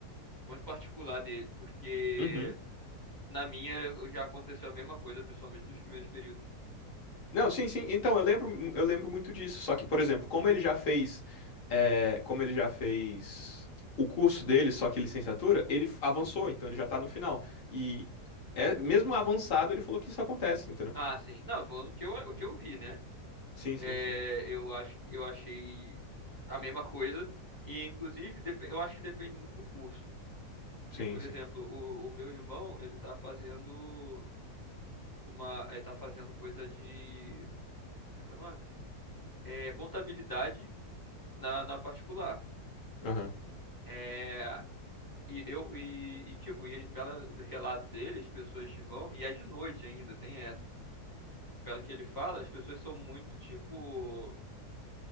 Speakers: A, on the left; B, on the left.
A: muito particular dele, porque
B: Uhum.
A: na minha já aconteceu a mesma coisa, principalmente nos primeiros períodos.
B: Não, sim, sim. Então, eu lembro, eu lembro muito disso. Só que, por exemplo, como ele já fez, é, como ele já fez o curso dele, só que licenciatura, ele f- avançou, então ele já tá no final. E é, mesmo avançado, ele falou que isso acontece, entendeu?
A: Ah, sim. Não, falando o que eu, o que eu vi, né?
B: Sim,
A: É,
B: sim, sim.
A: eu acho, eu achei a mesma coisa. E, inclusive, depe- eu acho que depende muito do curso. Porque,
B: Sim,
A: por
B: sim.
A: exemplo, o, o meu irmão, ele tá fazendo uma, ele tá fazendo coisa de, como é que é o nome? É, contabilidade na, na particular.
B: Aham.
A: É, e eu, e, e, tipo, e aí, pelo relato dele, as pessoas que vão, e é de noite ainda, tem essa. Pelo que ele fala, as pessoas são muito, tipo,